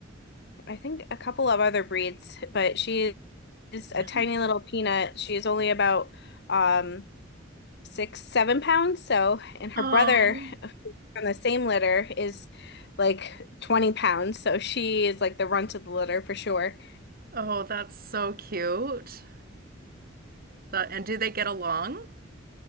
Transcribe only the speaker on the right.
Nice.
Oh,
oh, that's so cute. That, and do they get along?